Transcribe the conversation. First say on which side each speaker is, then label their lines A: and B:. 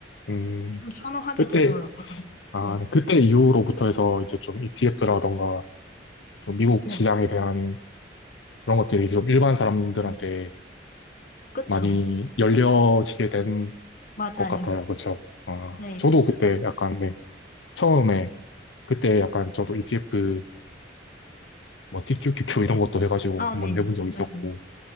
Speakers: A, on the left; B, on the left.
A: 음,
B: 좀 선호하게
A: 그때,
B: 되더라고요.
A: 아,
B: 네,
A: 네. 그때 이후로부터 해서 이제 좀 ETF라던가 좀 미국
B: 네,
A: 시장에 대한 그런 것들이 좀 일반 사람들한테
B: 그쵸.
A: 많이 열려지게 된
B: 맞아요.
A: 것 같아요. 그렇죠? 아,
B: 네.
A: 저도 그때 약간, 네, 처음에 그때 약간 저도 ETF 뭐 TQQQ 이런 것도 해가지고
B: 아,
A: 한번
B: 네,
A: 내본 적 있었고,
B: 맞아요.